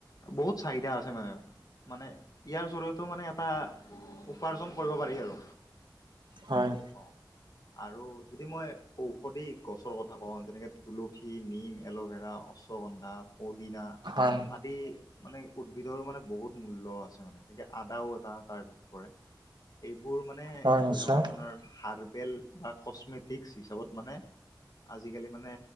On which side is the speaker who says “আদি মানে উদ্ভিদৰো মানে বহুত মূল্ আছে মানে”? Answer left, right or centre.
Left